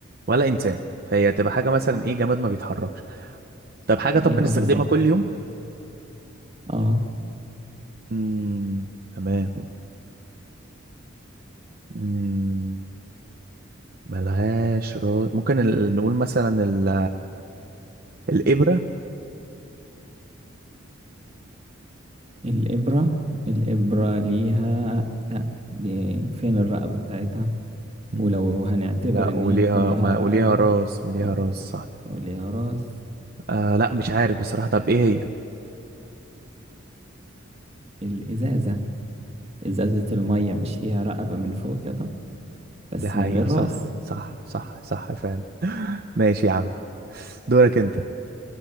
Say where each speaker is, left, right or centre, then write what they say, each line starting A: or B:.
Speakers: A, on the right; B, on the right.
A: ولا انسان فهي تبقى حاجه مثلا ايه جماد ما بيتحركش طب حاجة طب
B: ايوه
A: بنستخدمها
B: بالظبط
A: كل يوم
B: اه
A: امم تمام امم ملهاش راس ممكن ال... نقول مثلا ال... الإبرة
B: الابره الابره ليها لا دي فين الرقبه بتاعتها
A: مم.
B: ولو هنعتبر
A: لا
B: إن
A: وليها
B: هي كلها
A: ما
B: رقبة
A: وليها راس وليها
B: اه
A: راس صح
B: وليها راس
A: آه لا مش عارف بصراحة طب ايه هي
B: الإزازة إزازة المية مش ليها رقبة من فوق كده بس
A: دي حقيقة
B: من غير
A: صح
B: راس
A: صح صح صح فعلا ماشي يا عم دورك انت